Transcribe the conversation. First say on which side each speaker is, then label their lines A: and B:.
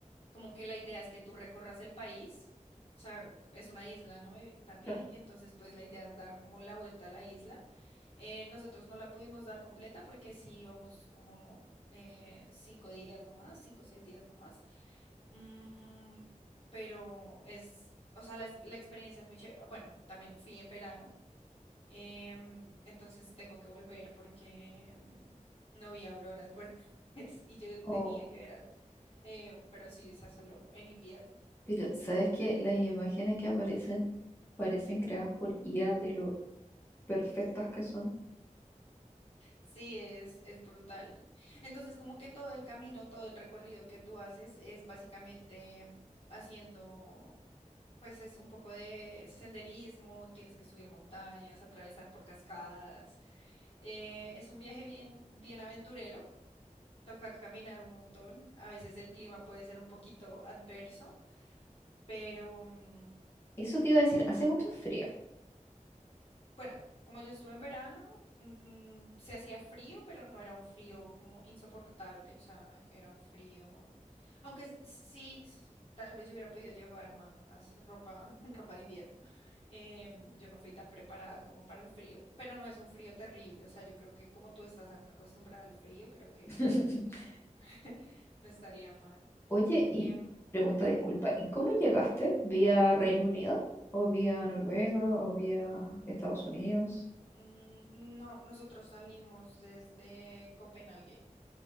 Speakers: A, on the left (about 45°); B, on the left (about 20°).
A: como que la idea es que tú recorras el país, o sea, es una isla, ¿no? Eh, También,
B: claro.
A: entonces pues la idea es dar como la vuelta a la isla. Eh, nosotros no la pudimos dar completa porque sí íbamos como eh, cinco días nomás, cinco o seis días nomás. Mm, pero es, o sea, la, ex- la experiencia es muy chévere. Bueno, también fui en verano, em, entonces tengo que volver porque em, no vi auroras por <laughs> es- y yo tenía
B: Oh,
A: que ver auroras. Eh, pero sí, esa solo en invierno.
B: pero ¿sabes qué? Las imágenes que aparecen parecen creadas por IA de lo perfectas que son.
A: Sí, es, es brutal. Entonces, como que todo el camino, todo el recorrido que tú haces es básicamente em, haciendo pues es un poco de senderismo, tienes que subir montañas, atravesar por cascadas, Eh, es un viaje bien, bien aventurero, toca caminar un montón, a veces el clima puede ser un poquito adverso, pero, mm,
B: Eso te iba a decir, hace mucho frío.
A: Bueno, como yo estuve en verano, mm, se hacía frío, pero no era un frío como insoportable, o sea, era un frío, aunque s- sí, s- tal vez yo hubiera podido llevar ma- más, ropa, <laughs> ropa de invierno. Eh, yo no fui tan preparada como para el frío, pero no es un frío terrible, o sea, yo creo que como tú estás acostumbrada al frío, creo que
B: <laughs>
A: no, <laughs> no estaría mal.
B: Oye, y
A: Em,
B: pregunta, disculpa, ¿y cómo llegaste? ¿Vía Reino Unido? ¿O vía Noruega? ¿O vía Estados Unidos?
A: mm, no, nosotros salimos desde Copenhague.